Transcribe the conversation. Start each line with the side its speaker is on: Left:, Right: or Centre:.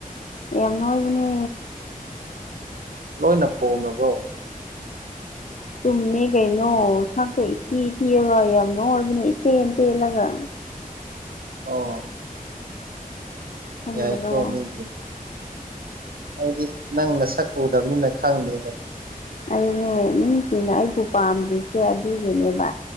Left: ꯌꯥꯝ ꯅꯣꯢꯕꯅꯦ
Right: ꯂꯣꯏꯅ ꯄꯣꯝꯂꯕ꯭ꯔꯣ
Left: ꯇꯨꯝꯃꯦ ꯀꯩꯅꯣ ꯁꯛꯇꯣ ꯏꯊꯤꯊꯤꯔꯒ ꯌꯥꯝ ꯅ ꯑꯣꯏꯕꯅꯦ ꯏꯇꯦꯟ ꯇꯦꯜꯂꯒ
Right: ꯑꯣ
Left: ꯈꯪꯗ꯭ꯔꯣ
Right: ꯌꯥꯏꯀꯣꯃꯤꯗꯤ ꯑꯩꯗꯤ ꯅꯪꯅ ꯁꯛ ꯎꯗꯕꯅꯤꯅ ꯈꯪꯗꯦꯗꯣ
Left: ꯑꯩ ꯅꯦ ꯃꯤꯁꯤꯡꯅ ꯑꯩꯕꯨ ꯄꯥꯝꯗ꯭ꯔꯤꯁꯦ ꯑꯗꯨꯒꯤꯅꯦꯕ